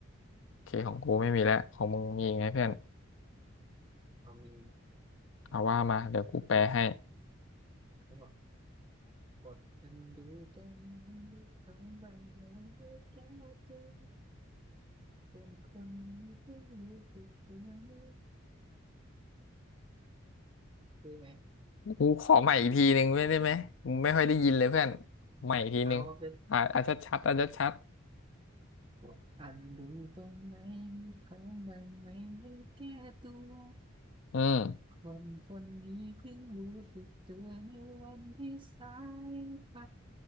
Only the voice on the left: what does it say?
โอเคของกูไม่มีแล้วของมึงมีอีกไหมเพื่อน
เอาว่ามาเดี๋ยวกูแปลให้
กูขอใหม่อีกทีหนึ่งไม่ได้ไหมกูไม่ค่อยได้ยินเลยเพื่อนใหม่อีกทีหนึ่งอ่าอ่าชัดชัดอ่าชัดชัด
ๆอืม